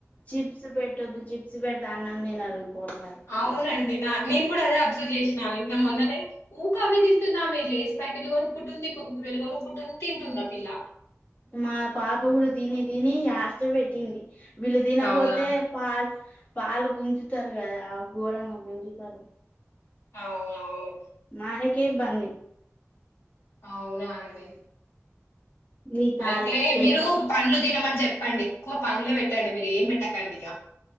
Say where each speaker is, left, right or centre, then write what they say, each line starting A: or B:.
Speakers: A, on the left (about 30°); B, on the left (about 60°).
A: చిప్స్ పెట్టొద్ చిప్స్ పెడితే అన్నం తినరు. పోరగాళ్ళు
B: అవునం డి నేను కూడా అదే అబ్జర్వ్ చేసిన నిన్న మొన్ననే ఊకే అవి తింటుంది. ఆమె లేస్ ప్యాకెట్లు కొనుక్కుంటుంది. కురుకురేలు కొనుకుంటుంది తింటుంది ఆ పిల్ల
A: మా పాప కూడా తిని తిని యాష్ట పెట్టింది వీళ్ళు తినపోతే
B: అవునా
A: పా పాలు గుంజుతరు కదా ఘోరంగా గుంజుతారు.
B: అవును అవును
A: మానకే ఇబ్బంది.
B: అవునా అండి
A: మీక్ కాలే
B: అయితే
A: పెళ్లి
B: మీరు పండ్లు తినమని చెప్పండి ఎక్కువ పండ్లే పెట్టండి మీరు ఏం పెట్టకండి ఇగ